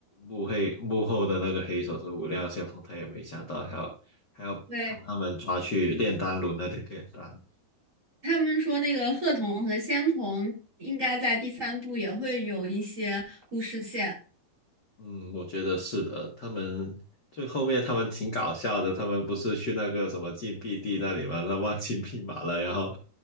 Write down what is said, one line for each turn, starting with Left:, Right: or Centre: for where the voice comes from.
Left: 幕黑幕后的那个黑手是无量先锋，他也没想到还要还要把他们抓去炼丹炉那里炼丹。
Right: 对，他们说那个鹤童和仙童应该在第三部也会有一些故事线。
Left: 嗯，我觉得是的，他们最后面他们挺搞笑的，他们不是去那个什么禁闭地那里嘛，他忘记密码了，然后